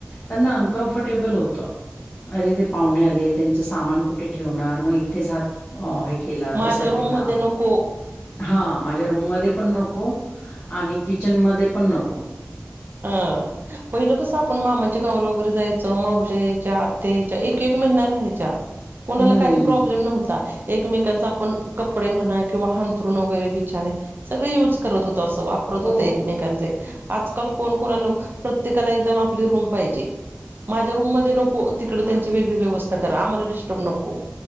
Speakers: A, on the left; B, on the right.
A: त्यांना अनकम्फर्टेबल होतं. अरे ते पाहुणे आले त्यांचे सामान कुठे ठेवणार मग इथेच हात अ हे केला
B: माझ्या
A: तसा
B: रूम
A: केला.
B: मध्ये नको
A: हा माझ्या रूममध्ये पण नको आणि किचनमध्ये पण नको.
B: <unintelligible> पहिलं कसं आपण मामाच्या गावाला वगैरे जायचो मावश्या यायच्या आत्त्या यायच्या एक एक महिना राहायच्या. कोणाला
A: हम्म.
B: काही प्रॉब्लेम नव्हता एकमेकांचा आपण कपडे म्हणा किंवा हांथरुण वगैरे बी छान हे सगळ युज करत होतो अस वापरत
A: हो.
B: होते एकमेकांचे आज कल कोण कोणा लव प्रत्येकाला एकदम आपली रूम पाहिजे माझ्या रूम मध्ये नको. तिकड त्यांची वेगळी व्यवस्था कर आम्हाला डिस्टर्ब नको